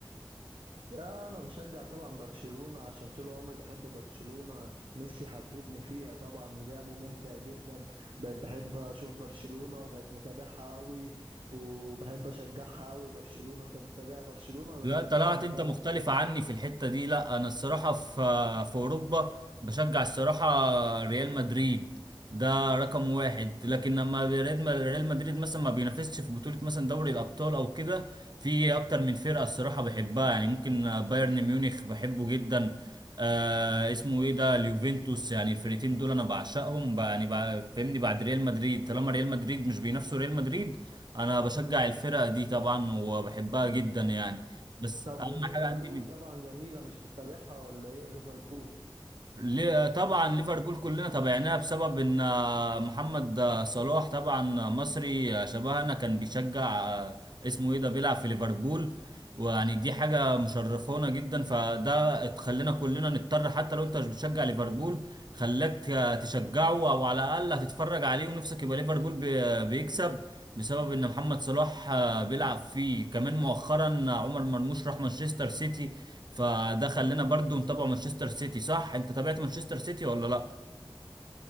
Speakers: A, on the right; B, on the right.
A: لا، أنا بشجع طبعا برشلونة عشان طول عمري بحب برشلونة ميسي حببني فيها طبعا لعبه ممتع جدا بقيت بحب أشوف برشلونة وبقيت متابعها قوي وبحب أشجعها قوي برشلونة أنت بتتابع برشلونة ولا
B: لا
A: بتتابع
B: طلعت
A: حاجة
B: انت
A: تانية؟
B: مختلف عني في الحتة دي لا انا الصراحة في في اوروبا بشجع الصراحة ريال مدريد ده رقم واحد لكن لما ريال ريال مدريد مثلا ما بينافسش في بطولة مثلا دوري الابطال او كده في اكتر من فرقة الصراحة بحبها يعني ممكن بايرن ميونخ بحبه جدا آه اسمه ايه ده اليوفنتوس يعني الفرقتين دول انا بعشقهم بقى يعني بقى فاهمني بعد ريال مدريد طالما ريال مدريد مش بينافسوا ريال مدريد انا بشجع الفرقة دي طبعا وبحبها جدا يعني بس
A: طب
B: اهم
A: والريفر
B: حاجه عندي
A: بول
B: مين
A: طبعا جميلة مش بتتابعها ولا ايه الريفر بول
B: ليه- طبعا ليفربول كلنا تابعناها بسبب ان آه، محمد آه، صلاح طبعا آه، مصري آه، شبهنا كان بيشجع آه، اسمه ايه ده بيلعب في ليفربول ويعني دي حاجه مشرفونا جدا فده اتخلينا كلنا نضطر حتى لو انت مش بتشجع ليفربول خلاك تشجعه او على الاقل هتتفرج عليه ونفسك يبقى ليفربول بي- بيكسب بسبب ان محمد صلاح آه، بيلعب فيه كمان مؤخرا آه، عمر مرموش راح مانشستر سيتي فده خلينا برضو نتابع مانشستر سيتي صح انت تابعت مانشستر سيتي ولا لا